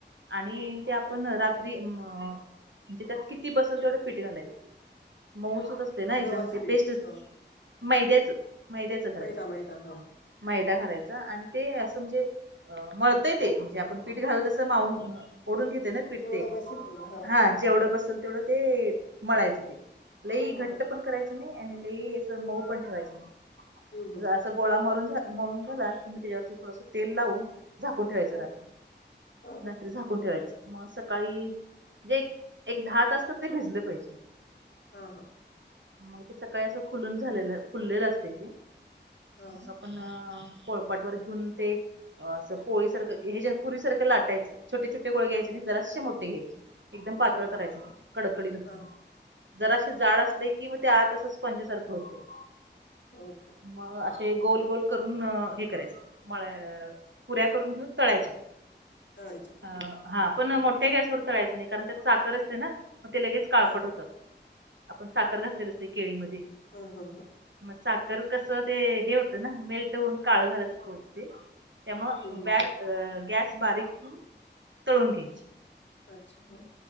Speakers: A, on the right; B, on the left.
A: आणि
B: ह
A: ते आपण रात्री म्हणजे त्यात किती बसल तेवढं पीठ घालायचं. मऊसूत असते ना एकदम
B: गव्हाचं
A: ते
B: पीठ
A: पेस्ट
B: का हा
A: मैद्याच मैद्याचं करायच
B: मैदा
A: पीठ.
B: मैदा हा हा.
A: मैदा घालायचा आणि ते असं म्हणजे मळतंय ते म्हणजे आपण पीठ घाल तसं माऊन ओढून घेते न पिठ
B: जेवढं
A: ते
B: बसेल तेवढं
A: हा जेवढं बसेल तेवढं ते मळायचं ते. लई
B: हा
A: घट्ट
B: हा
A: पण करायचं नाही, आणि लई असं मऊ पण ठेवायचं नाही
B: हम्म
A: असं गोळा मरून मळून झाला की मी त्याच्यावरती थोडस तेल लावून झाकून ठेवायचं
B: हा
A: रात्री,
B: हा हा
A: रात्री झाकून ठेवायचं मग सकाळी जे एक एक दहा तास तरी ते भिजल पाहिजे.
B: हा हा
A: मग ते सकाळी असं फुलून झालेलं, फुललेलं असतय ते
B: हा
A: मग आपण पोळपाट वर घेऊन ते असं पोळीसारखं हे पुरी सारखं लाटायचं छोटे छोटे गोळे घ्यायचे नाही, जराशे मोठे घ्यायचे. एकदम पातळ
B: हा हा
A: करायचं नाही, कडकडीत होतय
B: हा
A: मग जरासे जाड असले की मग ते आत असं स्पंजसारखं होतय.
B: हो का
A: मग असे गोल गोल करून हे करायचं मळा पुऱ्या करून घेऊन तळायच्या त्या
B: तळायच्या का
A: ह हा पण मोठ्या गॅसवर तळायचं नाही कारण त्यात साखर असते ना मग ते लगेच काळपट
B: ह
A: होतात, आपण साखर घातलेलं असतय केळीमध्ये.
B: हम्म हम्म हम्म
A: मग साखर कसं ते हे होतं ना, मेल होऊन काळं झाल्यासारखं होतं ते. त्यामुळं
B: हं, हं.
A: बॅर गॅस बारीक ठेवून तळून घ्यायची.
B: अच्छा हो